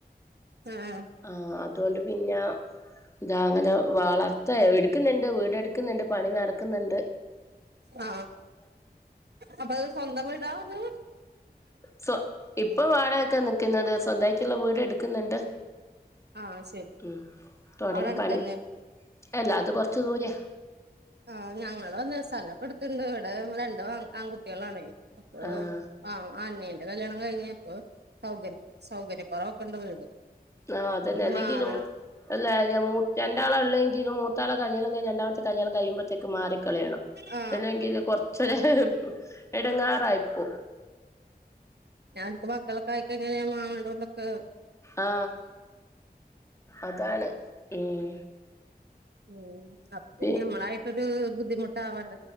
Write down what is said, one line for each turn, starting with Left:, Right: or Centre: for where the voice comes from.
Right: ആഹ്
Left: ആ അതുകൊണ്ട് പിന്നാ ഇന്താ അങ്ങനെ വളർത്താ ഇട്ക്ക്ന്ന്ണ്ട് വീട് എട്ക്ക്ന്ന്ണ്ട് പണി നടക്ക്ന്ന്ണ്ട്
Right: ആ അപ്പ അയ് സ്വന്തം വീടാണ്
Left: സൊ ഇപ്പൊ വാടകക്കാ നിക്ക്ന്നത് സ്വന്തായിട്ടുള്ള വീട് എട്ക്ക്ന്ന്ണ്ട്
Right: ആഹ് ശരി
Left: ഉം തൊടങ്ങി
Right: അവിടെ അടുത്തന്നെ
Left: പണി അല്ല അത് കൊറച്ച് ദൂരെയാ
Right: ആ ഞങ്ങളും അതെ സ്ഥലൊക്കെ ഇട്ത്ത്ണ്ട് ഇവടെ രണ്ട് ആൺ ആൺകുട്ടെളാണെ അപ്പ
Left: ആഹ്
Right: ഏ ആ അനിയന്റെ കല്യാണം കഴിഞ്ഞ് അപ്പ സൗകര്യ സൗകര്യ കൊറവോക്കെ ഇണ്ട്‌ വീട്
Left: ആ
Right: അപ്പൊ
Left: അതെന്നെ
Right: ഒന്ന്
Left: അല്ലെങ്കിലും
Right: മാറി
Left: എല്ലാരെ മൂ രണ്ടാൾ ഒള്ളെങ്കിലും മൂത്താളെ കല്യാണം കഴിഞ്ഞാ രണ്ടാമ കല്യാണം കഴിയുമ്പഴത്തേക്കും മാറിക്കളയണം
Right: ആ
Left: അല്ലെങ്കിൽ കൊർച്ചോരു എടങ്ങേറായിപ്പോവും
Right: ഞ ഇപ്പ മക്കളൊക്കെ ആയി കഴിഞ്ഞാൽ ഞാമ അങ്ങട്ടും ഇങ്ങട്ടും ഒക്കെ
Left: ആ അതാണ് ഉം
Right: ഉം അപ്പ പിന്നെ
Left: പി
Right: നമ്മളായിട്ടൊര് ബുദ്ധിമുട്ടാവണ്ട